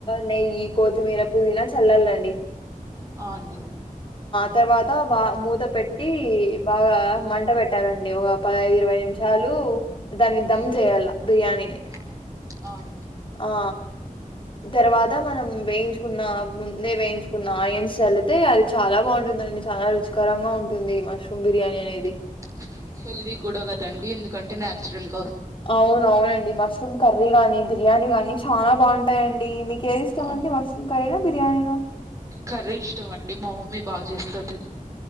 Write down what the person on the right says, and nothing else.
ఆ అండి
హ్మ్
ఆ ఆ అండి
అవునండి
హెల్దీ కూడా కదండి ఎందుకంటే నన్చురల్
కా
కర్రీ ఇష్టం అండి మా మమ్మీ బాగా చేస్తది